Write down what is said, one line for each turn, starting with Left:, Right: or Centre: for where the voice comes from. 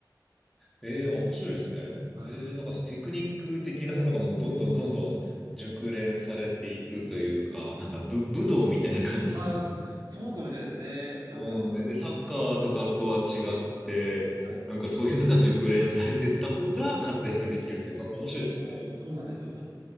Centre: ええー面白いですね。
Right: はい。
Centre: ええーなんかそう、テクニック的なものがもうどんどんどんどん熟練されていくというか、なんか武、武道みたいな感じですね。
Right: ああ、そそうかもしれないですね。やっぱ、
Centre: うん。
Right: は
Centre: で、サッカーとかとは違って、
Right: い。はい
Centre: なんかそういうのが熟練されてった方が活躍できるっていう、なんか面白いですね。
Right: もう、そうなんですよ。やっぱ、